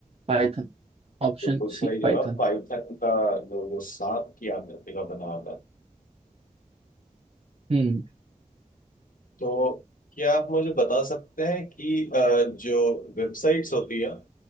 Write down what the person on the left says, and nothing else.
बिल्कुल
सही जवाब
पाइथन का जो वो सांप की आकृति का बना होता है
तो क्या आप मुझे बता सकते हैं कि अ, जो वेबसाइट्स होती है